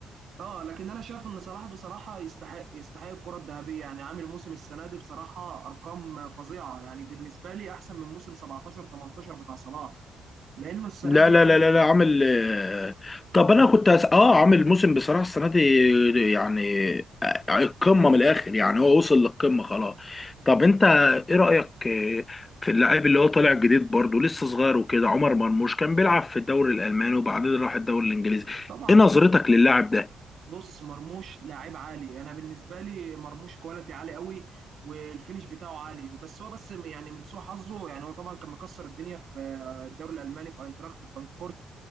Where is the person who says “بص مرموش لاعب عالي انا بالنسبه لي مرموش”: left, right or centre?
Right